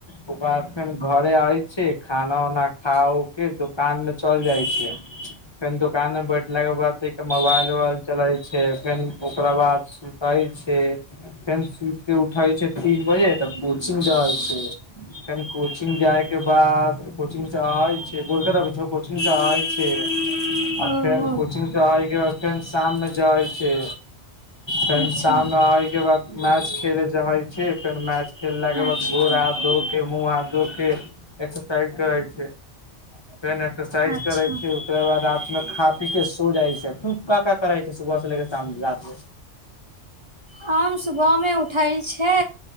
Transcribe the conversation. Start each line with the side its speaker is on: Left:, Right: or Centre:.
Left: ओकर बाद फेर घरे आबै छै खाना उना खा उ के दोकानमे चल जाइ छै फेन दोकानमे बैठलाके बादके मोबाइल उबाइल चलै छै फेन ओकरा बाद सुतै छै फेन सुतिक उठै छै तीन बजे त सुनि रहल छी फेन कोचिंग जाय के बाद कोचिंग स आबै छी बोलते रहब कुछो कोचिंग स आबै छी अ
Right: ओ
Left: फेन कोचिंग से एय के बाद फेन शाममे जाइ छी फेन
Right: अच्छा
Left: शाम में ओइ के बाद मैच खेले जाइ छी फेन मैच खेललाके बाद
Right: अच्छा
Left: गोर हाथ धो के मुह हाथ धो के एक्सरसाइज करै छै फेन एक्सरसाइज
Right: अच्छा
Left: करै छी ओकर बाद रातमे खाद ठीके सो जाइ छै तू का का करै छै सुबह से लेके शाम रतिमे
Right: हम सुबहमे उठै छै